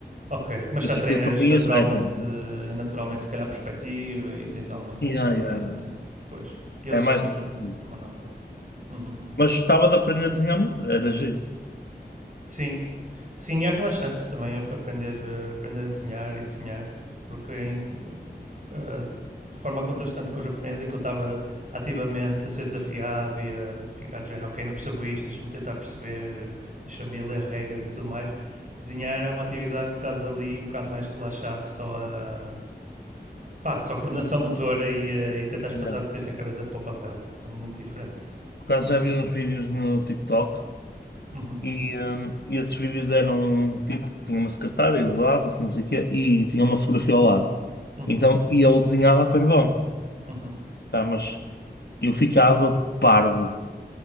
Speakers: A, on the right; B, on the left.
A: Ok, mas
B: Pois
A: já treinas
B: aquilo são linhas
A: naturalmente,
B: retas, né?
A: eh, naturalmente se calhar perspectiva e tens alguma sensibilidade,
B: Yeah, yeah, yeah.
A: né? Pois, eu
B: É
A: sou
B: mais.
A: mesmo
B: negativo.
A: uma noda. Uhum.
B: Mas gostava de aprender a desenhar melhor, era giro.
A: Sim, Sim, é relaxante também a- aprender, eh, aprender a desenhar e desenhar, porque em, eh, de forma contrastante com o japonês, em que eu estava ativamente a ser desafiado e a ficar de género, ok, não percebo isto, deixa-me tentar perceber, eh, deixa-me ir ler regras e tudo mais. Desenhar é uma atividade que estás ali um bocado mais relaxado, só a, pá, só coordenação <laughs> motora e, eh, e tentares passar
B: Yeah.
A: o que tens na cabeça para o papel. É muito diferente.
B: Por acaso já vi uns vídeos no TikTok
A: Uhum,
B: e, hum, e esses vídeos eram um tipo que tinha uma secretária e levava-se, não sei o quê, e tinha uma fotografia ao lado.
A: uhum,
B: Então, e ele desenhava a carvão,
A: uhum.
B: tá? Mas eu ficava parvo